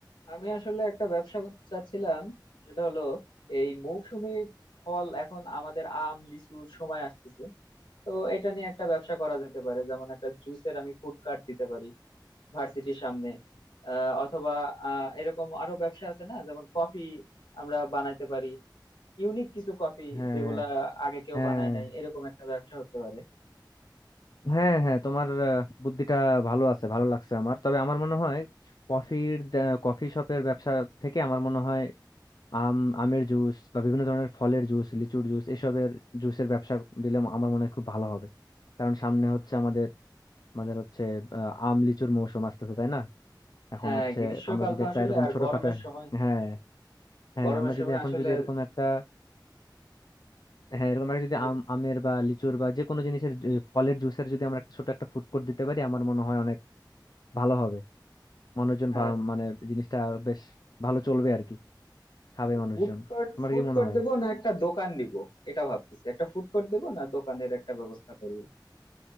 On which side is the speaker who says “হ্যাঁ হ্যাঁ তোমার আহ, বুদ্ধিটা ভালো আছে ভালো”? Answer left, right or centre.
Left